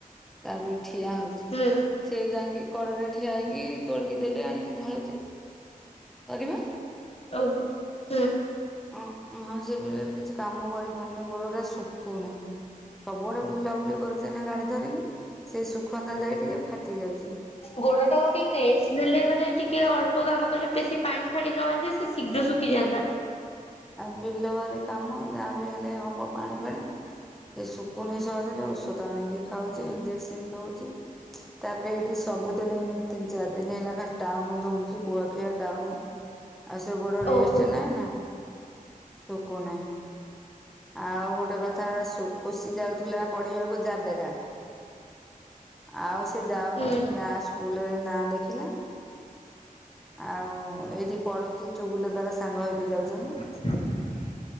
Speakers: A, in the centre; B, on the left (about 45°).
A: ତା ବି ଠିଆ ହଉ
B: ହୁଁ।
A: ସେ ଯାଇଁକି କଡ଼ରେ ଠିଆହେଇକି ତୋଳିକି ଦେଲେ ଆଣିକି ଢାଳୁଛି। ପରିବା।
B: <unintelligible>
A: ଅଁ, ହଁ ସେ ବିଲରେ କିଛି କାମ କରିପାରୁନେଇ ଗୋଡଟା ଶୁଖୁନେହିଁ। ସବୁଆଡେ ବୁଲାବୁଲି କରୁଛି ଏଇନା ଗାଡି ଧରିକି, ସେଇ ସୁଖନ୍ତା ଯାଇ ଟିକେ ଫାଟି ଯାଉଛି।
B: ଗୋଡଟାକୁ ଟିକେ ରେଷ୍ଟ ଦେଲେ ମାନେ ଟିକେ ଅଳ୍ପ କାମ କଲେ ବେଶୀ ପାଣି ଫାଣି ନହେଲେ ସେ ଶୀଘ୍ର ଶୁଖିଯାଆନ୍ତା।
A: ଆଉ ବିଲବାଡ଼ି କାମ ଯାହାବି ହେଲେ ହବ ପାଣି ଫାଣି। ସେ ଶୁକୁନେଇ ସହଜରେ ଔଷଧ ଆଣିକି ଖାଉଛି, ଇଞ୍ଜେକ୍ସନ ଦଉଛି, ତାପରେ ଏଇଠି ସବୁଦିନ ଏଇନେ ତିନି ଚାରି ଦିନ ହେଲା ଖାଲି ଟାଉନ ଦୌଡୁଛି କୁଆଖିଆ ଟାଉନ। ଆଉ ସେ ଗୋଡ଼ ରେଷ୍ଟ
B: ଓହୋ
A: ନାଇଁ ନା? ଶୁଖୁନାଇଁ। ଆଉ ଗୋଟେ କଥା ଶୁ, ଖୁସି ଯାଉଥିଲା ପଢିବାକୁ ଯାବେରା ଆଉ ସେ ଯାଉନେଇ
B: ହୁଁ
A: ଗାଁ ସ୍କୁଲରେ ନାଁ ଲେଖିଲା। ଆଉ ଏଇଠି ପଢୁଛି ଚୁଗୁଲର ତାର ସାଙ୍ଗ ହେଇକି ଯାଉଛନ୍ତି।
B: <inaudible>